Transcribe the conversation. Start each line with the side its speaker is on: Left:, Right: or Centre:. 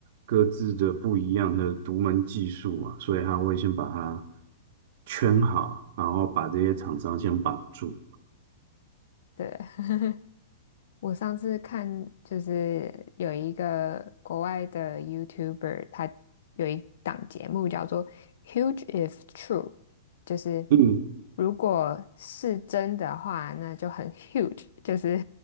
Right: 各自的不一样的独门技术嘛，所以他会先把它圈好，然后把这些厂商先绑住。
Left: 对。<laughs> 我上次看就是有一个国外的 YouTuber，他有一档节目叫做《Huge If True》，就是
Right: 嗯
Left: 如果是真的话，那就很 huge，<laughs> 就是